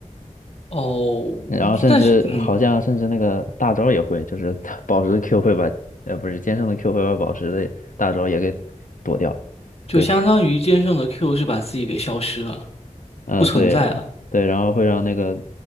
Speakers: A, on the left; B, on the left.
A: 哦，
B: 然后甚至好像甚至那个大招也会，
A: 但是嗯，
B: 就是 <laughs> 它宝石的 Q 会把，呃，不是剑圣的 Q 会把宝石的大招也给躲掉，
A: 就相当于剑圣的
B: 就是
A: Q 是把自己给消失了，
B: 嗯对对，
A: 不存在了。
B: 然后会让那个